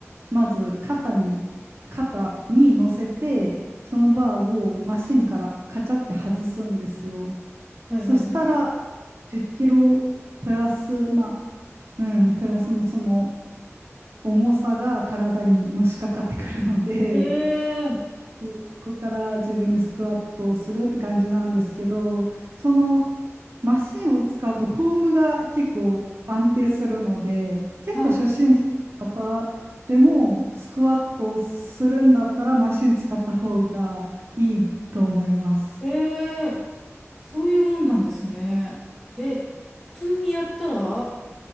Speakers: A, on the right; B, in the centre.
A: まず肩に、肩に乗せて、そのバーをマシンからカチャって外すんですよ。
B: はいはいはい。
A: そしたら、10キロプラス、まあ、うん、プラスのその重さが体にのしかかってくるので、
B: ええ、
A: そそこから自分でスクワットをするって感じなんですけど、そのマシンを使うとフォームが結構安定するので、結構初心者の方でもスクワットするんだったらマシン使った方がいいと思います。
B: はい。ええそういうもんなんですね。え、普通にやったら